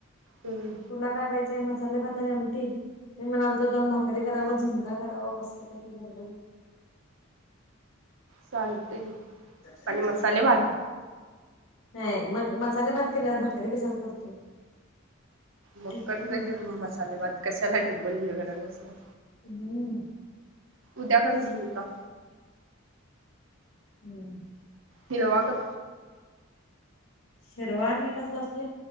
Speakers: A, on the right; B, on the left.
A: हम्म
B: तुला काय पाहिजे मसाले भात आणि आमटी मी म्हणालतो दोन भाकरी करावं झुणका करावं मस्तपैकी गरगरीत
A: चालतंय
B: हम्म
A: आणि मसाले भात
B: नाही मग मसाले भात केल्यावर भाकरी कशाला करतोय
A: मग
B: हम्म
A: करजा कि, मग मसाले भात. कशाला डब्बल ही करत बसलाय.
B: हम्म.
A: उद्या करू <unintelligible> का?
B: हम्म.
A: हिरवा कल
B: शिरवा आणि कसला असतय?